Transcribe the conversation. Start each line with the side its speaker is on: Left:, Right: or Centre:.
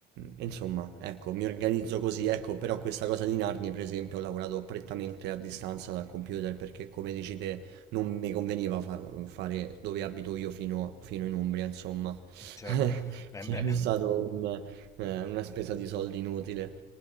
Right: e insomma, ecco, mi organizzo così, ecco, però questa cosa di Narni, per esempio, ho lavorato prettamente a distanza dal computer perché, come dici te, non mi conveniva fa- fare dove abito io fino, fino in Umbria, insomma.
Left: certo.
Right: <laughs>
Left: Eh
Right: Sarebbe
Left: beh,
Right: stato un, eh, una spesa di soldi inutile.